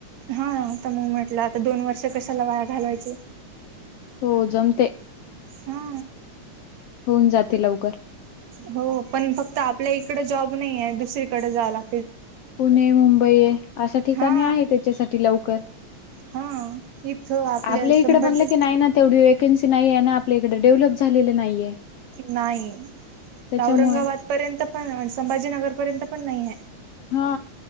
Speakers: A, on the right (about 65°); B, on the left (about 75°).
A: हा आता मग म्हटलं आता दोन वर्ष कशाला वाया घालवायचे.
B: हो जमते.
A: हा.
B: होऊन जाते लवकर.
A: हो पण फक्त आपल्या इकड जॉब नाही आहे दुसरीकडे जाव लाग
B: पुणे, मुंबई अशा ठिकाणी
A: हा
B: आहे त्याच्यासाठी लवकर.
A: हा इथं
B: आपल्या
A: संभाजी
B: इकडे म्हणलं की नाही ना तेवढी वेक वेकन्सी नाहीये ना आपल्या इकड डेव्हलप झालेलं नाहीये.
A: नाही
B: त्याच्यामुळे
A: औरंगाबाद पर्यंत पण संभाजीनगर पर्यंत पण नाही हाय.
B: हा